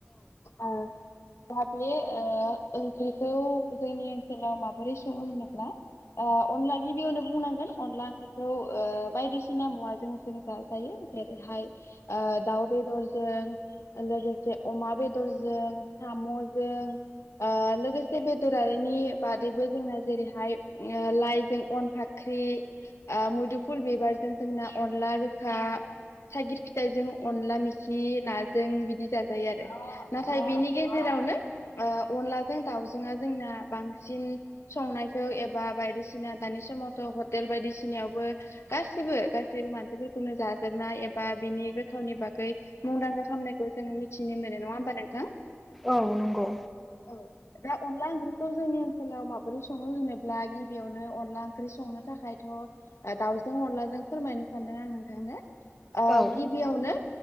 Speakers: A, on the left; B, in the centre.
A: ओ गाबनि ओ बेखौ जोंनि ओनसोलाव माबोरै सङो होनोब्ला ओ अनला गिबियावनो बुंनांगोन। अनला ओंख्रि खौ‌ ओ बायदिसिना मुवाजों जों जाजायो जेरैहाय ओ दाउ बेदरजों जों लोगोसे अमा बेदरजों सामजों ओ लोगोसे बेदरारिनि बादैबो जोंना जेरैहाय ओ लाइजों अनफा ओंख्रि ओ मुदुफुल बिबारजों जोंना अनला गोखा थाइगिर फिथाइजों अनला मेखि नाजों बिदि जाजायो आरो नाथाय बिनि गेजेराव आवनो जों बांसिन संबा बायसि निसिना दानि समावथ' हटेल बायदि सिनियावबो गासिबो गासैबो मानसिफोरखौनो जाजोबनाय एबा बिनि गोथावनि बागै मुंदांखा खामनायखौ जोङो मिथिनो मोनो नङा होमबा नोंथां?
B: औ नंगौ।
A: औ दा अनला ओंख्रिखौ जोंनि ओनसोलाव माबोरै सङो होनोब्ला गिबियावनो अनला ओंख्रि संनो थाखायथ' दाउजों अनलाजों फोरमायनो सानदों आं नोंथांनो
B: औ
A: गिबियावनो